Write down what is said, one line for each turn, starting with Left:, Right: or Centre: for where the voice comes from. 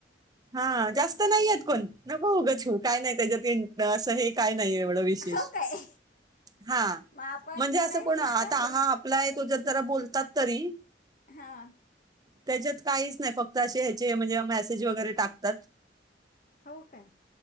Right: हा जास्त नाहीय आहेत कोण नको उगच यू काय नाही त्याच्यात असं हे काय नाही एवढं विशेष
Left: हो काय
Right: हा
Left: मग आपण
Right: म्हणजे
Left: करायचं
Right: असं कोण आता
Left: ना ते
Right: हा आपला आहे तो जत जरा बोलतात तरी
Left: हा
Right: त्याच्यात काहीच नाही. फक्त असे ह्याचे म्हणजे मेसेज वगैरे टाकतात.
Left: हो काय